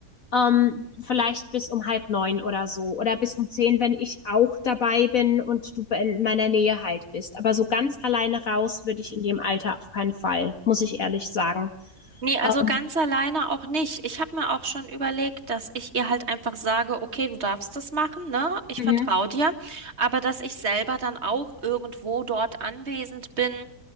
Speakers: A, on the left; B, on the right.
A: Ähm, vielleicht bis um halb neun oder so oder bis um zehn, wenn ich auch dabei bin und du in meiner Nähe halt bist. Aber so ganz alleine raus würde ich in dem Alter auf keinen Fall, muss ich ehrlich sagen.
B: Nee, also
A: Ähm,
B: ganz alleine auch nicht. Ich habe mir auch schon überlegt, dass ich ihr halt einfach sage, okay, du darfst das machen, ne? Ich
A: mhm.
B: vertraue dir, aber dass ich selber dann auch irgendwo dort anwesend bin,